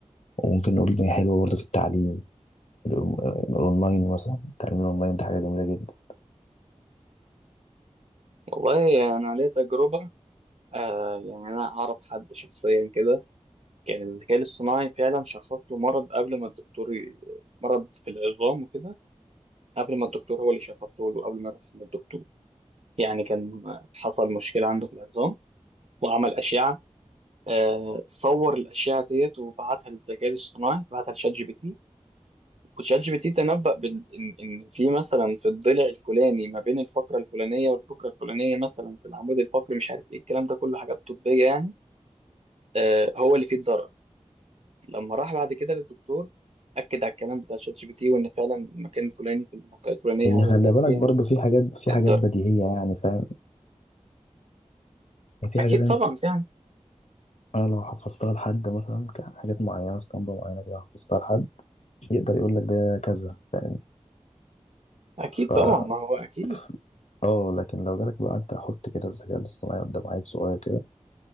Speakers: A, on the left (about 70°); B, on the right (about 60°).
A: وممكن نقول إن هي حلوة برضه في التعليم الأون- الأونلاين مثلا التعليم الأونلاين ده حاجة جميلة جدا
B: والله أنا ليا تجربة آه يعني أنا أعرف حد شخصيا كده كان الذكاء الاصطناعي فعلا شخص له مرض قبل ما الدكتور ي- مرض في العظام وكده قبل ما الدكتور هو اللي شخصه له قبل ما يروح للدكتور يعني كان حصل مشكلة عنده في العظام وعمل أشعة آه، صور الأشعة ديت وبعتها للذكاء الاصطناعي بعتها لشات جي بي تي وشات جي بي تي تنبأ بال... إن إن في مثلا في الضلع الفلاني ما بين الفقرة الفلانية والفقرة الفلانية مثلا في العمود الفقري مش عارف إيه الكلام ده كله حاجات طبية يعني آه، هو اللي فيه الضرر لما راح بعد كده للدكتور أكد على الكلام بتاع شات جي بي تي وإن فعلا المكان الفلاني في المنطقة الفلانية
A: هي
B: هو
A: خلي
B: اللي كان
A: بالك
B: فيها
A: برضه في حاجات في
B: الضرر
A: حاجات بديهية يعني فاهم يعني في
B: أكيد
A: حاجات
B: طبعا يعني
A: انا لو حفظتها لحد مثلا كان حاجات معينه اسطمبه معينه كده حفظتها لحد يقدر يقول لك ده كذا فاهم
B: أكيد
A: ف
B: طبعا ما هو أكيد
A: ف- اه لكن لو جالك بقى انت حط كده الذكاء الاصطناعي قدام عيل صغير كده